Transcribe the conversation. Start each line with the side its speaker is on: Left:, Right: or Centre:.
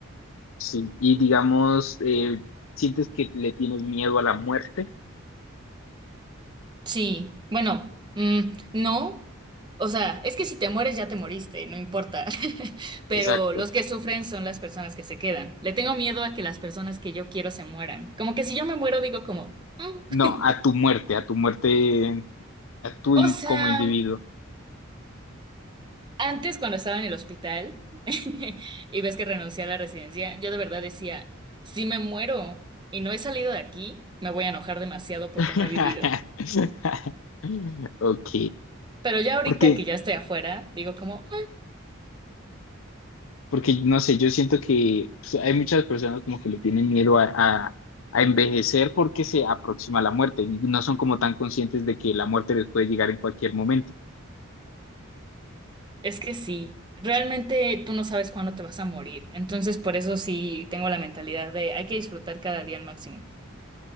Left: Sí, y digamos, eh, sientes que le tienes miedo a la muerte.
Right: Sí, bueno, mm, no, o sea, es que si te mueres ya te moriste, no importa, <laughs> pero
Left: Exacto.
Right: los que sufren son las personas que se quedan. Le tengo miedo a que las personas que yo quiero se mueran. Como que si yo me muero digo como, "Mm".
Left: No, a tu muerte, a tu muerte, a tu
Right: O
Left: in-
Right: sea,
Left: como individuo.
Right: antes cuando estaba en el hospital <laughs> y ves que renuncié a la residencia, yo de verdad decía, si me muero y no he salido de aquí, me voy a enojar demasiado porque
Left: <laughs>
Right: no he vivido.
Left: Ok.
Right: Pero ya ahorita
Left: Porque
Right: que ya estoy afuera, digo como...
Left: porque no sé, yo siento que pues, hay muchas personas como que le tienen miedo a, a- a envejecer porque se aproxima la muerte y no son como tan conscientes de que la muerte les puede llegar en cualquier momento.
Right: Es que sí, realmente tú no sabes cuándo te vas a morir, entonces por eso sí tengo la mentalidad de hay que disfrutar cada día al máximo.